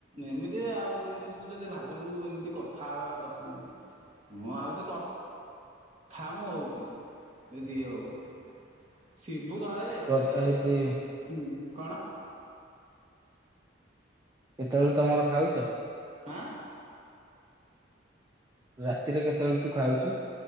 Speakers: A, on the right; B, on the right.
A: ଏମିତି ଆଉ ଏନ୍ତି ତୁ ଯଦି ଭାବିବୁଏମିତି କଥା ହେବା ଦଶମିଣ୍ଟି। ମୁଁ ଆଉଚି କ ଥା ମୁ ହୋଉଚି ଏ ଯିଏ ହୋଉ ଶିବୁ ଧରେ ଯେ
B: ହଉଛି
A: ସେ ବେ ଉଁ କଣ।
B: କେତେବେଳକୁ ତମର ଖାଉଚ।
A: ଆଁ
B: ରାତିରେ କେତେବେଳେ ତୁ ଖାଉଚୁ?